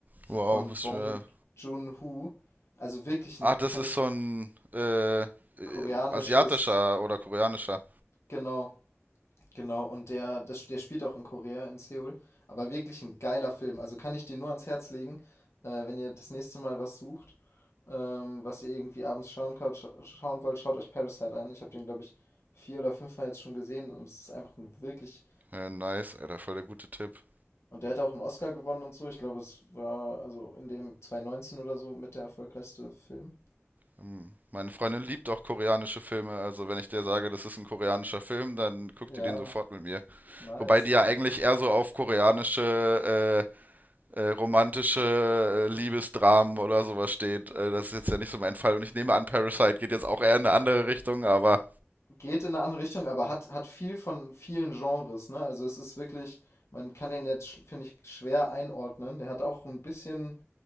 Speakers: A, on the right; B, on the left.
A: Wow,
B: von
A: muss
B: Bong
A: ich mir.
B: Joon-ho. Also wirklich ein,
A: Ach, das
B: kann
A: ist
B: ich
A: so ein. Äh,
B: koreanisches,
A: asiatischer oder koreanischer.
B: genau. Genau, und der, der, der spielt auch in Korea, in Seoul. Aber wirklich ein geiler Film. Also kann ich dir nur ans Herz legen, äh, wenn ihr das nächste Mal was sucht, ähm, was ihr irgendwie abends schauen, kaut, scha- schauen wollt, schaut euch Parasite an. Ich habe den, glaube ich, vier oder fünf mal jetzt schon gesehen und es ist einfach ein wirklich.
A: Äh, nice, Alter, voll der gute Tipp.
B: Und der hat auch einen Oscar gewonnen und so. Ich glaube, es war also in dem 2019 oder so mit der erfolgreichste Film.
A: Hm. Meine Freundin liebt auch koreanische Filme, also wenn ich dir sage, das ist ein koreanischer Film, dann guckt
B: Ja,
A: die den sofort mit mir.
B: nice.
A: Wobei die ja eigentlich eher so auf koreanische Äh, äh, romantische äh, Liebesdramen oder sowas steht. Äh, das ist jetzt ja nicht so mein Fall. Und ich nehme an, Parasite geht jetzt auch eher in eine andere Richtung, aber,
B: Geht in eine andere Richtung, aber hat, hat viel von vielen Genres, ne? Also es ist wirklich, man kann den jetzt, sch- finde ich, schwer einordnen. Der hat auch ein bisschen,